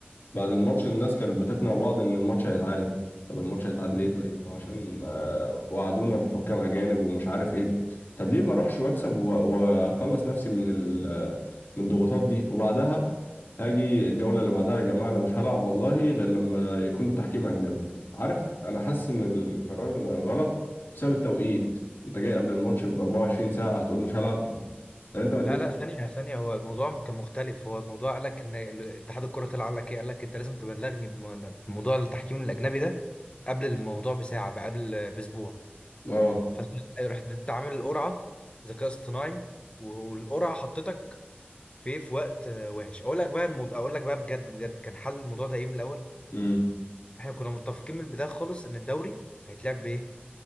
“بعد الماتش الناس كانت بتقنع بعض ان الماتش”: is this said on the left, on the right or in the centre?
Left